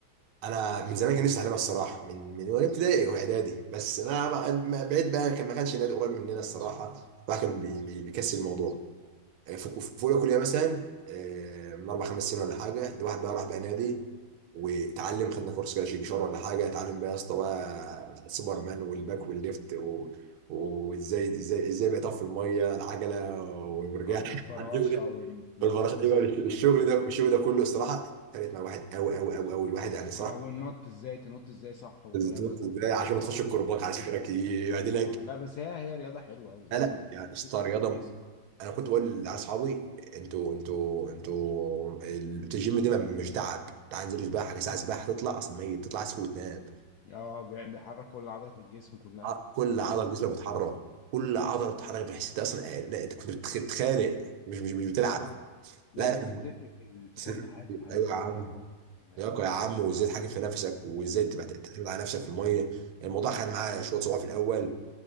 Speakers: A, on the right (about 85°); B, on the left (about 75°).
A: انا من زمان كان نفسي اتعلمها الصراحه من من وانا ابتدائي واعدادي بس ما ما ما- بعيد بقى كان ما كانش نادي قريب مننا الصراحه الواحد كان بي- بي- بيكسل الموضوع آه، في كو- في اولى كليه مثلا آه، من اربع خمس سنين ولا حاجه الواحد بقى راح بقى نادي واتعلم خدنا كورس كده شيكشار ولا حاجه اتعلم بقى يا اسطى بقى سوبر مان والباك والليفت و... وازاي ازاي ازاي بقى يطفي الميه العجله والمرجحة
B: او الفراشه
A: <laughs> حد يقول إيه؟
B: ونتنفس
A: والفراشه ايوه الشغل ده الشغل ده كله الصراحه فرقت مع واحد قوي قوي قوي قوي الواحد يعني صراحه
B: اه والنط ازاي تنط ازاي صح والكلام
A: تنط
B: ده كله
A: <laughs> ازاي عشان ما تخش الكرباج على صدرك يعدلك
B: اه لا بس هي هي رياضة حلوة أوي
A: لا لا
B: أوي
A: يعني اسطى
B: بتفرق
A: رياضه
B: في الجسم
A: انا كنت بقول لاصحابي انتوا انتوا انتوا ال- الجيم ده مش تعب تعال انزل سباحه ساعه سباحه تطلع اصلا ميت تطلع عايز وتنام
B: اه بي- بيحرك كل عضلة الجسم كلها
A: ع- كل
B: ده-
A: عضله جسمك بتتحرك كل عضله بتتحرك بحيث انت اصلا آه، لا، انت كنت بتخ- بتتخانق مش مش مش بتلعب
B: اه لا
A: لا
B: بس
A: لا
B: بتفرق في ال... في
A: سر
B: كل حاجة يا عم
A: ايوه
B: في
A: يا عم
B: اللياقة وفي ال...
A: لياقه يا عم وازاي تحاكم في نفسك وازاي تبقى تعتمد على نفسك في الميه الموضوع خد معاه شويه صعوبه في الاول